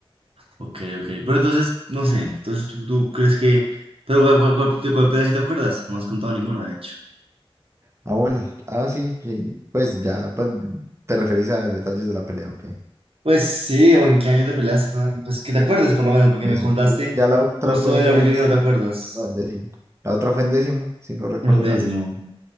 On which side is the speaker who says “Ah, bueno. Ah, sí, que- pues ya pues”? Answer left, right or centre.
Right